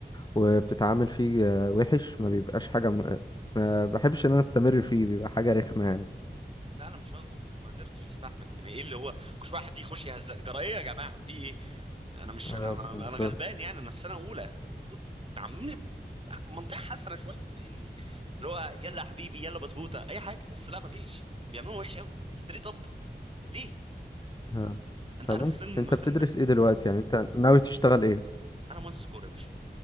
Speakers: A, on the left; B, on the right.
A: وبتتعامل فيه آه، وحش ما بيبقاش حاجة م... ما بحبش ان انا استمر فيه بيبقى حاجة رخمة يعني
B: لا انا مش هقدر انا ما قدرتش استحمل يعني ايه اللي هو كل شويه حد يخش يهز جرايه يا جماعه في ايه انا مش
A: اه
B: انا انا
A: بالظبط
B: أنا غلبان يعني انا في سنه اولى المفروض تعاملوني بمنطقه حسنه شويه يعني اللي هو يلا يا حبيبي يلا بطبوطه اي حاجه بس لا ما فيش بيعملوها وحش قوي ستريت اب ليه
A: اه
B: انت
A: طب
B: عارف
A: انت
B: فيلم
A: انت
B: فيلم
A: بتدرس ايه دلوقتي يعني انت ناوي تشتغل ايه
B: انا مهندس ديكور يا باشا